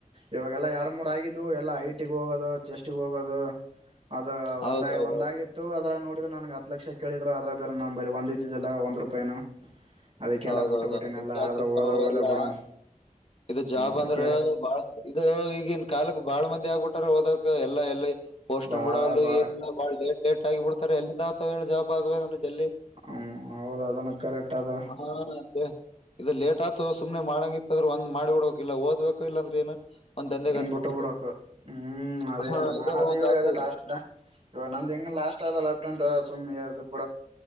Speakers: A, on the right; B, on the left.
A: ಇವಾಗೆಲ್ಲ ಎರಡು ಮೂರು ಆಗಿದ್ದು ಎಲ್ಲ ಐಟಿಗೆ ಹೋಗೋದು ಚೆಸ್ಟ್ಗ ಹೋಗೋದು ಅದು
B: ಹೌದೌದು
A: ಒಂದ ಒಂದಗತ್ತು ಅದ್ರ ನೋ ದು ನಂಗೆ ಹ ಲಕ್ಷ ಕೇಳಿದ್ರ ಅದ್ರ ಬೇ ನ ಬಲೆ ಒಂದ ಇದ್ದಿದ್ದಲ್ಲ ಒಂದು ರೂಪಾಯಿನ ಅದಕ್ಕೆಲ್ಲ
B: ಹೌದೌದೌದು
A: ಬಿಟ್ಟು ಬಿಟ್ಟಿನೆಲ್ಲ
B: ಇನ್ ಕತಿರ್ತವು
A: ಆದ್ರೆ ಹೋದ್ರೆ ಹೋಗ್ಲೇ
B: ಎಲ್ಲಾ
A: ಬಿಡು ಅಂತ
B: ಇದು ಜಾಬ್
A: ಅದಕ್ಕೆ
B: ಅಂದ್ರ ಬಾಳ್ ಇದು ಈಗಿನ ಕಾಲಕ್ ಬಾಳ ಮಂದಿ ಆಗ್ಬಿಟ್ಟಾರ ಹೋದಕ್ ಎಲ್ಲ ಎಲ್ಲಿ ಪೋಷಣ
A: ಭಾಳ
B: ಬಡವಲು
A: ಭಾಳ
B: ಏನಿಲ್ಲ ಬಾಳ ಲೇಟ್ ಲೇಟ್ ಆಗಿ ಬಿಡ್ತಾರೆ ಅಲ್ಲಿ ದಾವ ತಾವ ಹೇಳ ಜಾಬ್ ಆಗುವ ಜಲ್ದಿ
A: ಹ್ಮ್ ಹೌದ ಅದನ್ನು ಕರೆಕ್ಟ್ ಅದ
B: ಹ ಅೇ ಇದು ಲೇಟ್ ಆತ ಸುಮ್ನೆ ಮಾಡಂಗ ಇತ್ತದ್ರೆ ಒಂದ್ ಮಾಡಿಡ್ಡಬೇಕಕ್ಿಲ್ಲಲ್ಲ ಓದಬೇಕು ಇಲ್ಲಾಂದ್ರ ಏನ ಒಂದ್ ದಂಧೆಗ್
A: ಹ್ಮ
B: ಹತ್ತಿ
A: ಬಿಟ್ಟ
B: ಬಿಡ್ಬೇಕು
A: ಬಿಡಕ ಹ್ಮ್ ಅದೇ
B: ಹಾ
A: ನಾನನ್
B: ಇದರ
A: ಅದೇ
B: ಒಂದ್
A: ಇವಾಗ
B: ಆತು
A: ಅದೇ ಲಾಸ್ಟ್ ಇವಾಗ ನಂದ ಹೆಂಗ ಲಾಸ್ಟ್ ಆದಪ್ಟೆಂಟ್ ಬ